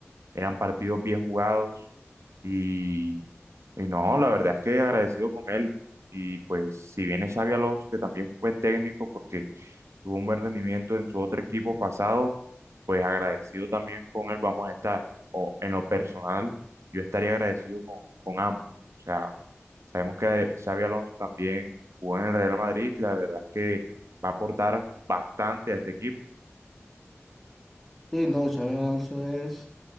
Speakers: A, on the right; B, in the centre.
A: Eran partidos bien jugados y, y no, la verdad es que agradecido con él. Y pues si viene Xavi Alonso, que también es un buen técnico porque tuvo un buen rendimiento en su otro equipo pasado, pues agradecido también con él vamos a estar. O en lo personal, yo estaría agradecido con, con ambos. O sea, sabemos que Xavi Alonso también jugó en el Real Madrid y la verdad es que va a aportar bastante a este equipo.
B: sí, no, Xabi Alonso es